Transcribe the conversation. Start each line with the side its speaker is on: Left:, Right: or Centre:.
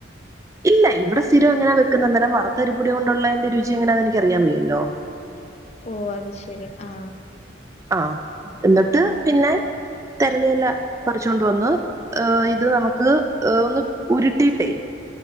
Right: ഇല്ല ഇവിടെ സ്ഥിരം എങ്ങനാ വെക്കുന്നേ, അന്നേരം വറുത്തരിപൊടി കൊണ്ടുള്ളേന്റെ രുചി എങ്ങനാന്ന് എനിക്ക് അറിയാൻ വയ്യല്ലോ.
Left: ഓ അത് ശെരി ആ
Right: ആ എന്നിട്ട് പിന്നെ തെരളിയില പറിച്ചോണ്ട് വന്ന് ഏഹ് ഇതു നമുക്ക് ഏഹ് ഒന്നു ഉരുട്ടിയിട്ടേ